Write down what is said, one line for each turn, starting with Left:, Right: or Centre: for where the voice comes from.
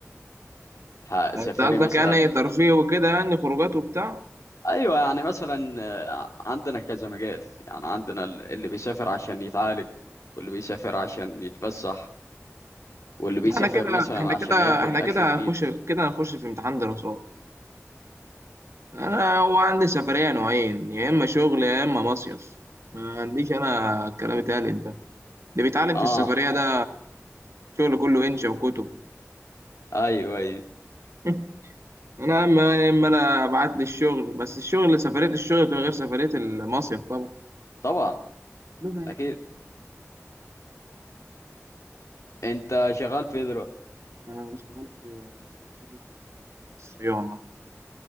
Left: ه-
Right: يعني
Left: سفاري
Right: أنت قصدك
Left: مثلا
Right: يعني ترفيه وكده يعني خروجات وبتاع
Left: ايوه يعني مثلا آه، عندنا كذا مجال يعني عندنا ال- اللي بيسافر عشان يتعالج واللي بيسافر عشان يتفسح واللي بيسافر
Right: لا، احنا كده
Left: مثلا
Right: احنا
Left: عشان
Right: كده
Left: ياكل
Right: احنا
Left: اكل
Right: كده
Left: جديد
Right: هنخش كده هنخش في امتحان دراسات انا هو عندي سفرية نوعين يا اما شغل يا اما مصيف ما عنديش انا الكلام اتقال ده اللي بيتعلم
Left: اه
Right: في السفرية ده شغل كله انشا وكتب
Left: ايوه ايوه
Right: <laughs> انا اما اما انا ابعت لي الشغل بس الشغل سفرية الشغل بتبقى غير سفرية المصيف طبعا
Left: طبعا
Right: ده يعني
Left: اكيد انت شغال في إيه دلوقتي
Right: انا شغال في في الاجهزة الطبية الصيانة